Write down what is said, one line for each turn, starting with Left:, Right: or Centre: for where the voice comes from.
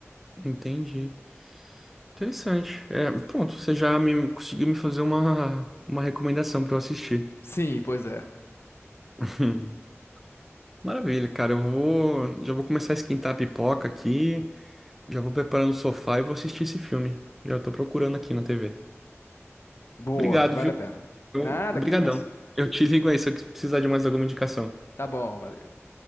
Centre: Entendi. Interessante. É, pronto, você já me conseguiu me fazer uma, uma recomendação para eu assistir.
Left: Sim, pois é.
Centre: <laughs> Maravilha, cara. Eu vou. Já vou começar a esquentar a pipoca aqui. Já vou preparando o sofá e vou assistir esse filme. Já tô procurando aqui na TV.
Left: Boa,
Centre: Obrigado,
Left: vale
Centre: viu?
Left: a pena.
Centre: Eu,
Left: Nada,
Centre: brigadão.
Left: que isso.
Centre: Eu te ligo aí se eu precisar de mais alguma indicação.
Left: Tá bom, valeu.